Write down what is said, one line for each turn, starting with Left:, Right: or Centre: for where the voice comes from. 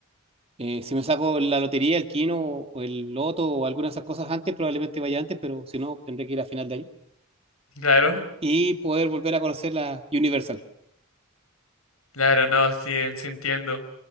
Right: Eh, si me saco la lotería, el quino o o el loto o alguna de esas cosas antes, probablemente vaya antes, pero si no, tendré que ir a final de año.
Left: Claro,
Right: Y poder volver a conocer la Universal.
Left: claro, no, sí, en- sí entiendo.